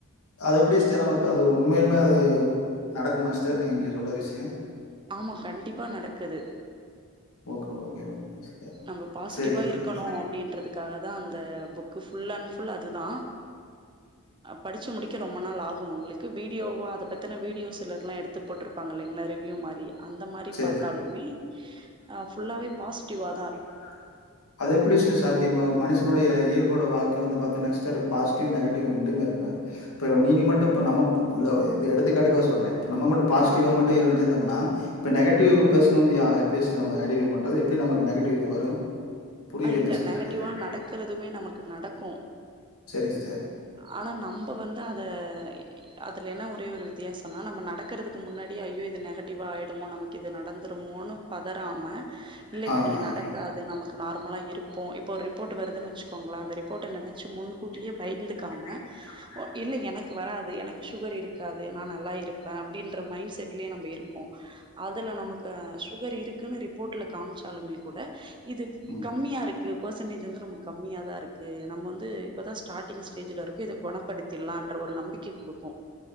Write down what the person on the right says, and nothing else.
ஆமா கண்டிப்பா நடக்குது
நம்ம பாசிட்டிவா
இருக்கணு
அ ப்டின்றதுக்காகதா அந்த புக்கு ஃபுல் அண்ட் ஃபுல் அதுதா படிச்சு முடிக்க ரொம்ப நாள் ஆகு உங்குளுக்கு வீடியோவா அத பெத்தின வீடியோஸ் சிலர்லா எடுத்து போட்ருப்பாங்க இல்லைங்ளா ரிவ்யூமாரி அந்தமாரி
பாத்தாலுமே ஆ ஃபுல்லாவே பாசிட்டிவ்வா
ஆ
ஆ இல்ல
நெகட்டிவா
நடக்கறதுமே நமக்கு நடக்கு
ஆனா நம்ப வந்து அத அதுல என்ன ஒரே ஒரு வித்தியாசன்னா நம்ம நடக் கறதுக்கு முன்னாடி ஐயோ இது நெகட்டிவாயிடுமோ நமக்கு இது நடந்துருமோன்னு பதறாம இல்ல
இப்டி
நடக்காது நமக்கு நார்மலா இருப்போ இப்போ ரிப்போர்ட் வருதுன்ன வச்சுக் போங்கலா அந்த ரிப்போர்ட்ட நெனச்சி முன்கூட்டியே
பயந்துக்காம
ஓ இல்ல எனக்கு வராது எனக்கு சுகர் இருக்காது நா நல்லா இருப்பே அப்டின்ற மைண்ட் செட்லயே நாம்ப இருப்போ அதுல நமக்கு சுகர் இருக்குன்னு ரிப்போர்ட்ல காமிச்சாலுமே கூட இது
கம் கம்மியா இருக்கு பர்சன்டேஜ் வந்து நமக்கு கம்மியா தா இருக்கு நம்ம வந்து இப்பதா ஸ்டாட்டிங் ஸ்டேஜ்ல இருக் <unintelligible> படுத்திறலான்ற ஒரு நம்பிக்கை குடுக்கு